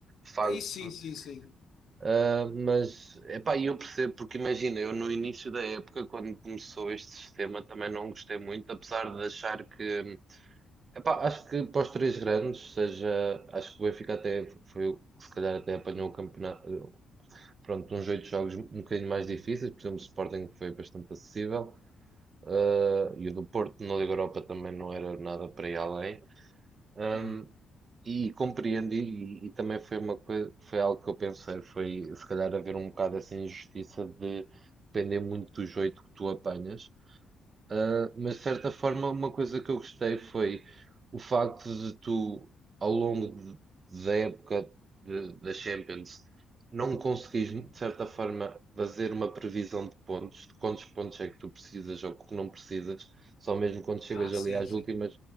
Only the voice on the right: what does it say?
facto.
Ah, mas, epá, eu percebo, porque imagina, eu no início da época, quando começou este sistema, também não gostei muito, apesar de achar que. hum, Epá, acho que para os três grandes, seja, acho que o Benfica até foi o que se calhar até apanhou o campeonato, eh, pronto, uns oito jogos um bocadinho mais difíceis, por exemplo, o Sporting foi bastante acessível, eh, e o do Porto na Liga Europa também não era nada para ir além. Ahm,
e compreendi, e, e também foi uma coisa, foi algo que eu pensei, foi se calhar haver um bocado essa injustiça de depender muito dos oito que tu apanhas. Uh, mas de certa forma, uma coisa que eu gostei foi o facto de tu, ao longo de- da época de- da Champions, não conseguires, de certa forma, fazer uma previsão de pontos, de quantos pontos é que tu precisas ou que não precisas, só mesmo quando chegas
ali às
últimas